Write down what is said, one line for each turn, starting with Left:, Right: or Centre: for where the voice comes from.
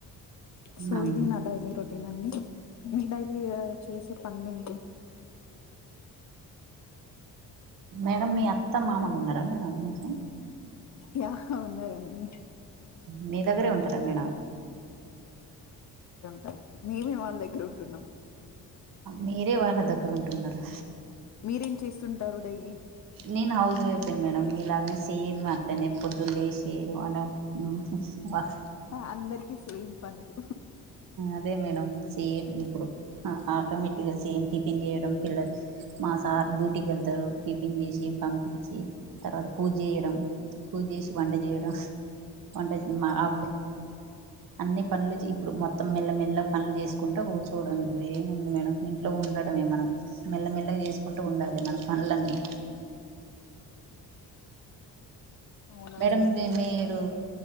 Left: సో
Right: అవునా
Left: ఇది
Right: మేడం
Left: నా డైలీ రొటీన్ అండి మీ డైలీ ఆ చేసె పన్లెంటీ
Right: మేడం మీ అత్త, మామలున్నరా మేడం మీకు
Left: యా ఉన్నారండి.
Right: మీ దగ్గరే ఉంటరా మేడం.
Left: టర్ మేమే వాళ్ళ దగ్గర ఉంటున్నాం.
Right: మీరే వాళ్ళ దగ్గర ఉంటున్నరా?
Left: మీరేం చేస్తుంటారు డైలీ?
Right: నేన్ హౌస్ వైఫ్ ఏ మేడం మీ లాగనే సేమ్ అట్లనే పొద్దున్ లేసి వనం వ
Left: అందర్కి సేమ్ పనులు
Right: అదే మేడం సేమ్ ఇప్పుడు అ ఆటోమేటిక్గా సేమ్ టిఫిన్ చేయడం పిల్లల్ మా సార్ డ్యూటీ కెళ్తారు. టిఫిన్ చేసి పంపిచ్చి తర్వాత పూజ చేయడం పూజ చేసి వంట చేయడం వంట చె మా ఆ అన్ని పనులు చ్ ఇప్పుడు మొత్తం మెల్ల మెల్ల పనులు చేసుకుంట కూర్చోవడమే ఇప్పుడు ఎం ఉంది మేడం ఇంట్లో ఉండడమే మనం మెల్లమెల్లగ చేసుకుంటూ ఉండాలి మన పనులన్నీ
Left: అవునా
Right: మేడం మి మీరు